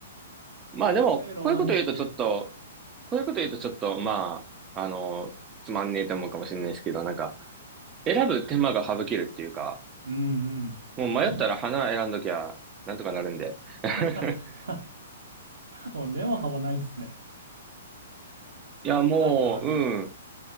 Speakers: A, on the right; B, on the right.
A: すげえロマンチック。
B: まあでも、こういうこと言うとちょっと、こういうこと言うとちょっと、まあ、あの、つまんねえと思うかもしれないですけど、なんか、選ぶ手間が省けるっていうか、
A: うんうん。
B: もう迷ったら花選んどきゃ、なんとかなるんで。<laughs>
A: <laughs> もう根も葉もないっすね。
B: いや、
A: まあ、花にはあるんですけど。
B: もう、うん。